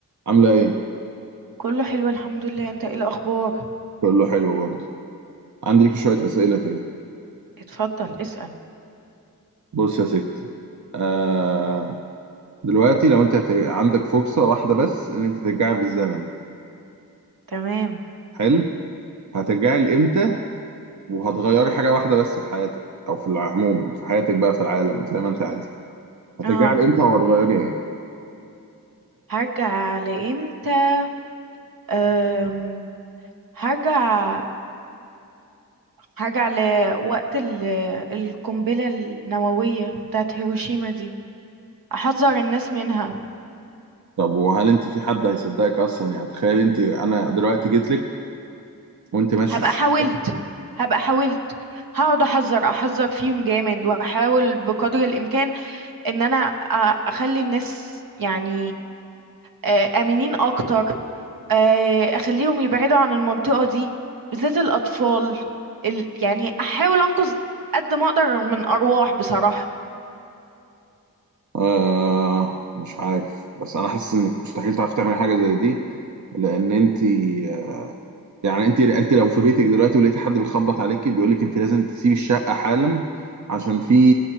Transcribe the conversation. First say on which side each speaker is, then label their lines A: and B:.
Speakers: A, on the right; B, on the right.
A: عاملة ايه؟
B: كله حلو الحمد لله انت ايه الاخبار
A: كله حلو برضه عندي لك شوية أسئلة كده
B: اتفضل اسأل
A: بص يا ستي آه دلوقتي لو انت هت... عندك فرصة واحدة بس ان انت ترجعي بالزمن
B: تمام
A: حلو هترجعي لإمتى وهتغيري حاجة واحدة بس في حياتك او في العموم في حياتك بقى في العالم زي ما انت عايزة هترجعي
B: اها
A: لإمتى وهتغيري ايه؟
B: هرجع لامتى أم... هرجع هرجع لوقت ال... القنبلة النووية بتاعت هيروشيما دي احذر الناس منها
A: طب وهل انت في حد هيصدقك اصلا يعني تخيل انت انا دلوقتي جيت لك وانت ماشي
B: هبقى
A: في الشارع
B: حاولت هبقى حاولت هقعد احذر احذر فيهم جامد واحاول بقدر الامكان ان انا أ- اخلي الناس يعني آه، آمنين أكتر آه، أخليهم يبعدوا عن المنطقة دي بالذات الأطفال ال... يعني أحاول أنقذ قد ما أقدر من أرواح بصراحة
A: آه مش عارف بس انا حاسس انك مستحيل تعرفي تعملي حاجة زي دي لان انت آه، يعني انت انت لو في بيتك دلوقتي ولقيت حد بيخبط عليكي بيقول لك انت لازم تسيبي الشقه حالا عشان في